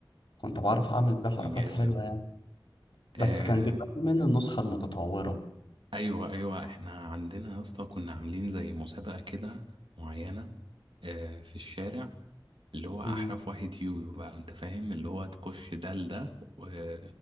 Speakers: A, on the left; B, on the right.
A: كنت بعرف أعمل بيه حركات
B: جامد
A: حلوة يعني بس
B: آه
A: كان بيبقى في منه النسخة المتطورة
B: ايوه ايوه احنا عندنا يا اسطى كنا عاملين زي مسابقه كده معينه آه في الشارع اللي هو احرف
A: مم.
B: واحد يويو بقى انت فاهم اللي هو تخش ده لده و...